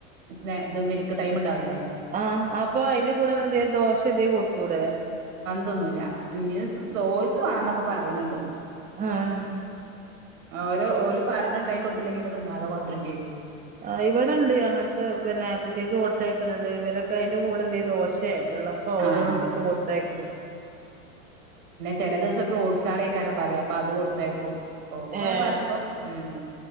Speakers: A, on the right; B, on the right.
A: സ്നെ ഇത് മിൽക്ക് ടൈം ഇണ്ടാവ് ലെ
B: ആ അപ്പൊ അയിന്റെ കൂടെന്നാ എന്തെലും ദോശ എന്തേം കൊട്ത്തൂടെ
A: തിന്നുലാ ഇഞ് സ് സോയിസ് വാണം ന്നൊ ഒക്കെ പറയ്ന്ന്ണ്ട്
B: ആഹ്
A: ആ ഒരു ഓല് പറയണത് ഇണ്ടാക്കി കൊടുത്തില്ലെങ്കിന തിന്നാതെ കൊണ്ടരും ചെയ്യൂ
B: ആ ഇവിടെണ്ട് അങ്ങനത്തെ പിന്നെ കുട്ടികക്ക് കൊടുത്തേക്കണത് ഇവരൊക്കെ അയിന്റെ കൂടെ എന്ത ചെയ്യ ദോശയെ വെള്ളപ്പ ഓരോന്നൊക്കെട്ട്
A: ആഹ്
B: കൊടുത്തയക്കും
A: ചില ദിവസം ഫ്രൂട്ട്സ് ആളിക്കാനം പറയും അപ്പൊ അത് കൊടുത്തയക്കും ഓക്കങ്ങനെ
B: ഏഹ്
A: പറപ്പോ ഉം